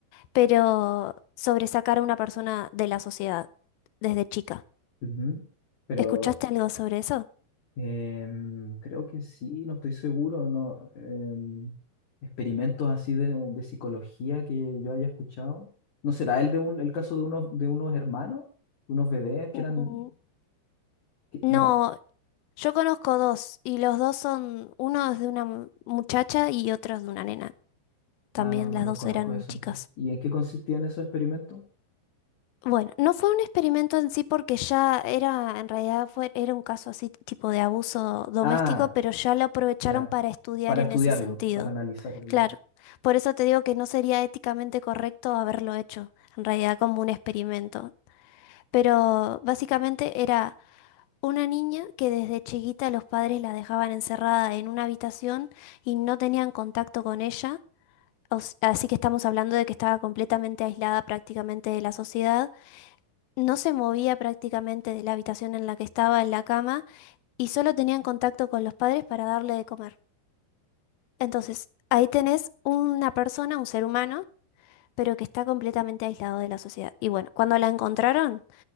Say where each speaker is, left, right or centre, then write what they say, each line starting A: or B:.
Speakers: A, on the left (about 80°); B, on the left (about 50°).
A: pero sobre sacar a una persona de la sociedad desde chica.
B: Ujú. Pero
A: ¿Escuchaste algo sobre eso?
B: Em, creo que sí, no estoy seguro, no. em, experimentos así de, de psicología que yo haya escuchado. ¿No será el de un, el caso de unos, de unos hermanos, unos bebés que
A: Mm,
B: eran, que-
A: No,
B: ¿no?
A: yo conozco dos y los dos son, uno es de una mu- muchacha y otro es de una nena. También
B: Ah, no, no
A: las
B: los
A: dos
B: conozco
A: eran
B: eso
A: chicas.
B: entonces. ¿Y en qué consistían esos experimentos?
A: Bueno, no fue un experimento en sí porque ya era, en realidad fue, era un caso así tipo de abuso doméstico,
B: Ah,
A: pero ya lo aprovecharon
B: ya,
A: para estudiar
B: para
A: en
B: estudiarlo,
A: ese sentido.
B: para analizarlo
A: Claro,
B: ya.
A: por eso te digo que no sería éticamente correcto haberlo hecho, en realidad como un experimento. Pero básicamente era una niña que desde chiquita los padres la dejaban encerrada en una habitación y no tenían contacto con ella. o Así que estamos hablando de que estaba completamente aislada prácticamente de la sociedad no se movía prácticamente de la habitación en la que estaba en la cama y solo tenían contacto con los padres para darle de comer. Entonces, ahí tenés una persona, un ser humano, pero que está completamente aislado de la sociedad. Y bueno, cuando la encontraron,